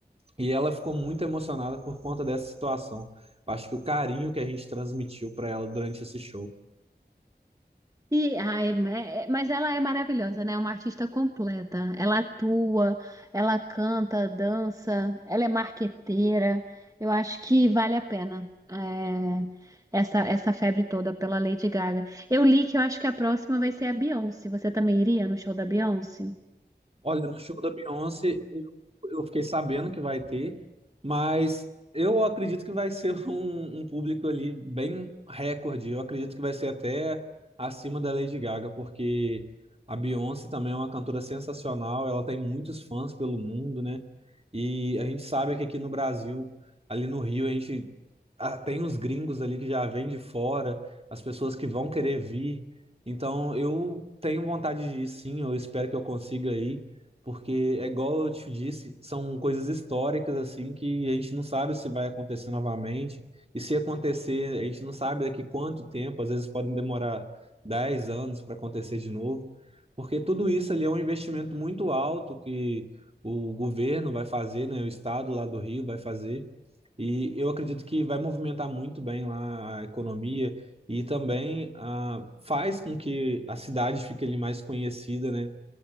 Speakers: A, on the right; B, on the right.
A: e ela ficou muito emocionada por conta dessa situação. Eu Acho que o carinho que a gente transmitiu para ela durante esse show
B: E, ai, é- é- mas ela é maravilhosa, né? É uma artista completa. Ela atua, ela canta, dança, ela é marqueteira. Eu acho que vale a pena é, essa, essa febre toda pela Lady Gaga. Eu li que eu acho que a próxima vai ser a Beyoncé. Você também iria no show da Beyoncé?
A: Olha, no show da Beyoncé, eu eu fiquei sabendo que vai ter, mas eu acredito que vai ser <laughs> um, um público ali bem recorde. Eu acredito que vai ser até acima da Lady Gaga, porque a Beyoncé também é uma cantora sensacional, ela tem muitos fãs pelo mundo, né? E a gente sabe que aqui no Brasil, ali no Rio, a gente ah, tem uns gringos ali que já vêm de fora, as pessoas que vão querer vir. Então, eu tenho vontade de ir sim, eu espero que eu consiga ir porque é igual eu te disse, são coisas históricas assim que a gente não sabe se vai acontecer novamente. E se acontecer, a gente não sabe daqui quanto tempo, às vezes podem demorar 10 anos para acontecer de novo, porque tudo isso ali é um investimento muito alto que o governo vai fazer, né, o estado lá do Rio vai fazer. E eu acredito que vai movimentar muito bem lá a economia e também ah, faz com que a cidade fique ali mais conhecida, né?